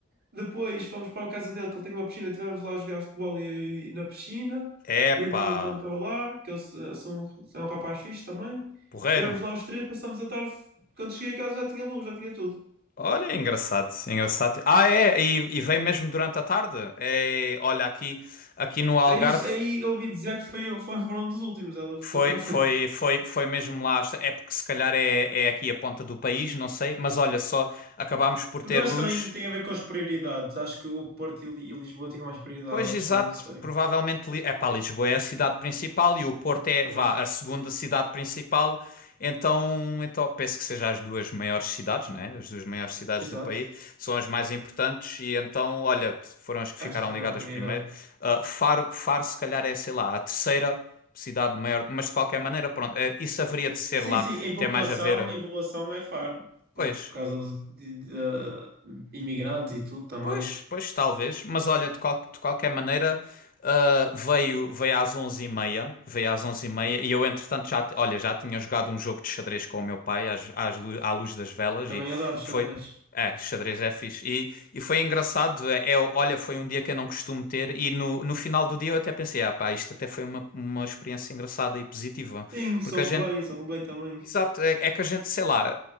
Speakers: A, on the right; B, on the left.
A: Depois fomos para a casa dele, que ele tem uma piscina. Estivemos lá a jogar futebol e, e na piscina.
B: Epá,
A: O irmão dele também estava lá, que eles eh, são, são um rapaz fixe também.
B: porreiro.
A: Estivemos lá os três, passamos a tarde. Quando cheguei a casa já tinha luz, já tinha tudo.
B: Olha, engraçado, engraçado. Ah, é, e, e vem mesmo durante a tarde. É, olha, aqui, aqui no Algarve.
A: Aí, aí ouvi dizer que foi, foi, <laughs> foram dos últimos. Ela ficou,
B: Foi,
A: tá,
B: foi, foi, foi mesmo lá. É porque se calhar é, é aqui a ponta do país, não sei. Mas olha só, acabámos por
A: Porque
B: ter
A: eu acho
B: luz
A: que também tem a ver com as prioridades. Acho que o Porto e Li- e Lisboa tinham mais prioridade,
B: Pois,
A: acho
B: exato.
A: eu, não sei.
B: Provavelmente, é pá, Lisboa é a cidade principal e o Porto é,
A: Pois,
B: vá, a segunda cidade principal. Então, então penso que sejam as duas maiores cidades, né? As duas maiores cidades
A: exato.
B: do país são as mais importantes e então, olha, foram as que
A: Acho
B: ficaram
A: que tiveram
B: ligadas
A: prioridade.
B: primeiro. Ah, Faro, Faro, se calhar é, sei lá, a terceira cidade maior, mas de qualquer maneira, pronto, eh, isso haveria de ser
A: Sim,
B: lá,
A: sim, em
B: tem
A: população,
B: mais a ver,
A: em população é Faro.
B: pois.
A: Por, por causa de, de- de da- imigrantes e tudo também.
B: Pois, pois, talvez. Mas olha, de, qual- de qualquer maneira, ah, veio, veio às onze e meia, Veio às onze e meia e eu, entretanto, já, t- olha, já tinha jogado um jogo de xadrez com o meu pai às, às, lu- à luz das velas
A: Também
B: e
A: adoro xadrez.
B: foi. É, xadrez é fixe. E, e foi engraçado. É, é, olha, foi um dia que eu não costumo ter e no, no final do dia eu até pensei, ah pá, isto até foi uma, uma experiência engraçada e positiva.
A: Sim, sou-me
B: Porque a gente.
A: bem, sou-me bem também.
B: Exato, é, é que a gente, sei lá,